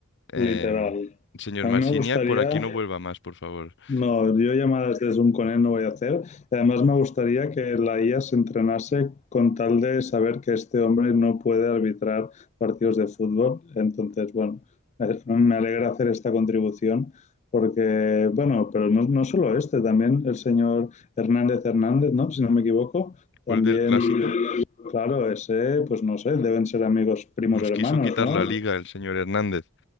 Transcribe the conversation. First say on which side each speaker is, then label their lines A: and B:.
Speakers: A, on the left; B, on the left.
A: em,
B: Literal.
A: señor
B: A
A: Marciniak,
B: mí me gustaría
A: por aquí no vuelva más, por favor. <clears throat>
B: No, yo llamadas de Zoom con él no voy a hacer. Además, me gustaría que la IA se entrenase con tal de saber que este hombre no puede arbitrar partidos de fútbol. Entonces, bueno, es- me alegra hacer esta contribución porque, bueno, pero no, no solo este, también el señor Hernández Hernández, ¿no? Si no me equivoco,
A: Después
B: también,
A: del clásico,
B: claro, ese, pues no sé, deben ser amigos primos
A: nos
B: hermanos,
A: quiso quitar
B: ¿no?
A: la liga el señor Hernández.